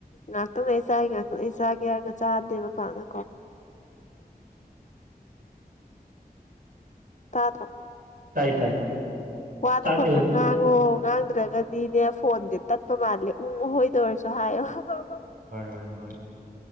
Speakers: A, on the left (about 50°); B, on the right (about 65°).
A: ꯉꯥꯛꯇꯅ ꯂꯩ ꯆꯥꯒꯦ ꯉꯥꯛꯇꯅ ꯑꯩ ꯆꯥꯒꯦ ꯍꯥꯏꯔꯒ ꯆꯥꯗꯦꯕ ꯄꯥꯛꯅꯀꯣ ꯇꯥꯗ꯭ꯔꯣ
B: ꯇꯥꯏ ꯇꯥꯏ
A: ꯋꯥꯗꯣ
B: ꯆꯥꯛꯇꯤ
A: ꯈꯔ
B: ꯍꯣꯏ
A: ꯈꯔꯉꯥꯡ ꯑꯣ ꯉꯥꯡꯗ꯭ꯔꯒꯗꯤꯅꯦ ꯐꯣꯟꯗꯤ ꯇꯠꯄ ꯃꯥꯜꯂꯦ ꯎꯍꯣꯏꯗ ꯑꯣꯏꯔꯁꯨ ꯍꯥꯏꯌꯣ <unintelligible>
B: ꯍꯣꯏ ꯍꯣꯏ ꯍꯣꯏ